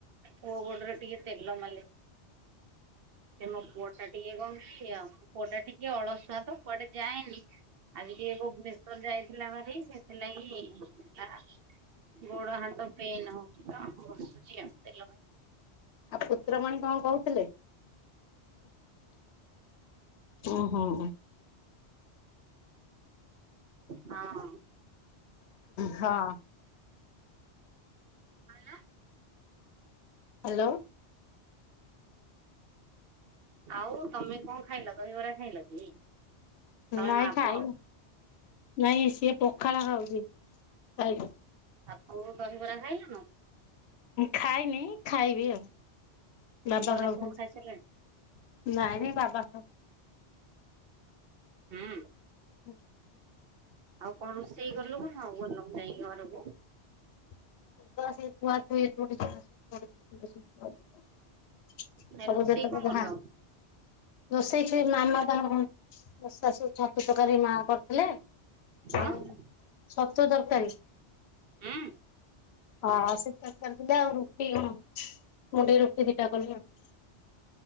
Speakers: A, on the right (about 60°); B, on the left (about 70°).
A: ପୁଅ ଗୋଡରେ ଟିକେ ତେଲ ମ ସେ ମୋ ପୁଅ ଟା ଟିକେ କହୁଛି ଆଉ। ମୋ ପୁଅ ଟା ଟିକେ ଅଳସୁଆ ତ କୁଆଡେ ଯାଏନି। ଆଜି ଟିକେ ଭୁବନେଶ୍ଵର ଯାଇଥିଲା ଭାରି। ସେଥିଲାଗି ଗୋଡ ହାତ ପେନ୍ ହଉଛି। ତ ଘସୁଛି ତେଲ ମାରିକି।
B: ଆଉ ପୁତ୍ରମଣି କଣ କହୁଥିଲେ? ଓ ହୋ।
A: ହଁ।
B: ହଁ।
A: ଆଲା!
B: ହ୍ୟାଲୋ।
A: ଆଉ ତମେ କଣ ଖାଇଲ କହିବରା ଖାଇଲ କି? ତମେ
B: ନାଇଁ
A: ମା
B: ଖାଇ
A: ପୁଅ
B: ନାଇଁ ସିଏ ପଖାଳ ଖାଉଛି। ଖାଇନି।
A: ଆଉ କଉ ଦହିବରା ଖାଇଲ ନା।
B: ଖାଇନି ଖାଇବି ଆଉ। ବାବା
A: ଘରେ
B: ଖାଉଛନ୍ତି।
A: ସବୁ ଖାଇସାରିଲେଣି?
B: ନାଇଁ ନାଇଁ ବାବା ଖା
A: ହୁଁ।
B: ହୁଁ।
A: ଆଉ କଣ ରୋଷେଇ ଗଲ କଥା ଆଉ ଗଲ ଯାଇ ଘରକୁ
B: <unintelligible>
A: ନ
B: ସବୁ
A: ରୋଷେଇ
B: ଯେତେକ
A: କଣ
B: ଯାହା
A: ଭଲ?
B: ରୋଷେଇ ଛୁ ମାମା ତାଙ୍କ କଣ ଦଷା ସବୁ ଛତୁ ତକାରୀ ମା କର ହେଲେ
A: କଣ
B: ଆଉ
A: ହୁଁ
B: ସତ ତରକାରୀ।
A: ହୁଁ
B: ହଁ ସେ ତରକାରି ଥିଲା ଆଉ ରୁଟି କଣ ମୁଣ୍ଡେଇ ରୁଟି ଦିଟା କଲି ଆଉ।